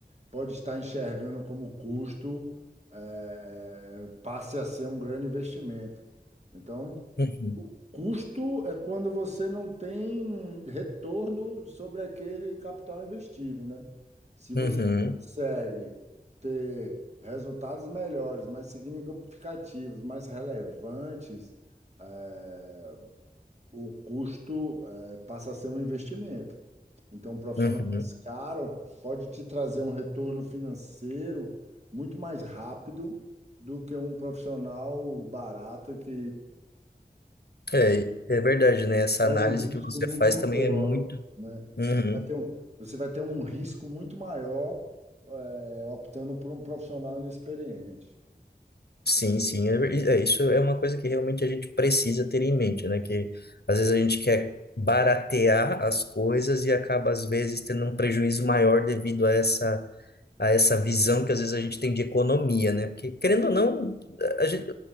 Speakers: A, on the right; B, on the left.
A: pode estar enxergando como custo, eh, eh, passe a ser um grande investimento. Então,
B: uhum,
A: o custo é quando você não tem retorno sobre aquele capital investido, né? Se você
B: uhum,
A: consegue ter resultados melhores, mais significativos, mais relevantes, eh, o custo, eh, passa a ser um investimento. Então, um profissional
B: uhum.
A: mais caro pode te trazer um retorno financeiro muito mais rápido do que um profissional barato que
B: É, é verdade, né? Essa
A: gera
B: análise
A: um risco
B: que você
A: muito
B: faz
A: maior,
B: também é muito
A: né?
B: Uhum.
A: Você vai ter um, você vai ter um risco muito maior, é, optando por um profissional inexperiente.
B: Sim, sim, é, é, isso é uma coisa que realmente a gente precisa ter em mente, né? Que às vezes a gente quer baratear as coisas e acaba às vezes tendo um prejuízo maior devido a essa a essa visão que às vezes a gente tem de economia, né? Porque querendo ou não, a gente,